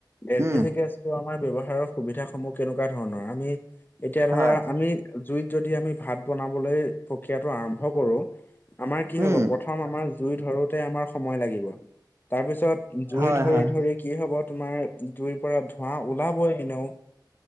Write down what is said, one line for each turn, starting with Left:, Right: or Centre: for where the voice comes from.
Left: এল
Right: উম,
Left: পি জি গেছ। আমাৰ ব্যৱহাৰৰ সুবিধা সমূহ কেনেকুৱা ধৰণৰ আমি এতিয়া ধৰা
Right: হয়,
Left: আমি। জুইত যদি আমি ভাত বনাবলৈ প্ৰক্ৰিয়াটো আৰম্ভ কৰো আমাৰ কি হ'ব
Right: উম,
Left: প্ৰ থম আমাৰ জুই ধৰোতে আমাৰ সময় লাগিব তাৰ পিছত জুই
Right: হয়,
Left: ধৰি
Right: হয়,
Left: ধৰি। কি হ'ব তোমাৰ জুইৰ পৰা ধোঁৱা ওলাবই এনেও।